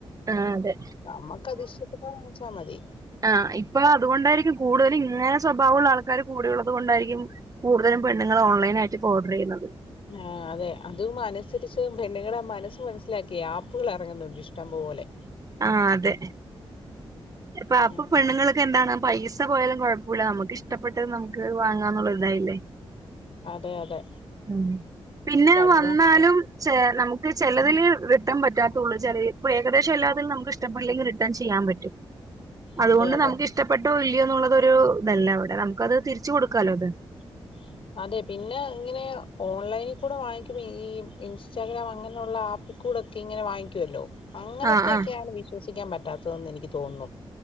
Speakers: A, on the right (about 35°); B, on the left (about 65°).
A: ആ അതെ
B: നമ്മക്ക് അത് ഇഷ്ടപ്പെട്ടാ വാങ്ങിച്ചാൽ മതി
A: ആഹ് ഇപ്പൊ അതുകൊണ്ടായിരിക്കും കൂടുതലും ഇങ്ങനെ സ്വഭാവമുള്ള ആൾക്കാര് കൂടെയുള്ളത് കൊണ്ടായിരിക്കും കൂടുതലും പെണ്ണുങ്ങള് ഓൺലൈനായിട്ട് ഇപ്പോ ഓഡർ ചെയ്യുന്നത്
B: ആഹ് അതെ അതും അനുസരിച്ച് പെണ്ണുങ്ങടെ മനസ്സ് മനസ്സിലാക്കി ആപ്പുകൾ ഇറങ്ങുന്നുണ്ട് ഇ ഷ്ടം പോലെ
A: ആഹ് അതെ പ്പൊ അപ്പൊ
B: ഉം
A: പെണ്ണുങ്ങളൊക്കെ എന്താണ് പൈസ പോയാലും കൊഴപ്പവില നമ്മുക്ക് ഇഷ്ടപ്പെട്ടത് നമുക്ക് വാങ്ങാം എന്നുള്ള ഒരു ഇതായില്ലേ
B: അതെ അതെ
A: ഉം പിന്നെ
B: കല്യാ
A: വന്നാലും ചെല നമുക്ക് ചെലതില് റിട്ടേൺ പറ്റാത്തുള്ളൂ ചെറി ഇപ്പൊ ഏകദേശം എല്ലാത്തിലും നമുക്കിഷ്ടപ്പെട്ടില്ലെങ്കിൽ റിട്ടേൺ ചെയ്യാൻ പറ്റും അതുകൊണ്ട്
B: അതെ അതെ
A: നമുക്ക് ഇഷ്ടപ്പെട്ടോ ഇല്യോന്നുള്ളതൊരു ഇതല്ല അവിടെ നമുക്കത് തിരിച്ചു കൊടുക്കാലോ അത്
B: <inaudible> അതെ പിന്നെ ഇങ്ങനെ ഓൺലൈനിക്കൂടെ വാങ്ങിക്കുമ്പോ ഈ ഇൻസ്റ്റാഗ്രാം അങ്ങനെയുള്ള ആപ്പിൽ ക്കൂടൊക്കെ ഇങ്ങനെ വാങ്ങിക്കൂലോ അങ്ങനത്തെയൊക്കെ
A: ആ ആ
B: ആണ് വിശ്വസിക്കാൻ പറ്റാത്തതെന്ന് എനിക്ക് തോന്നുന്നു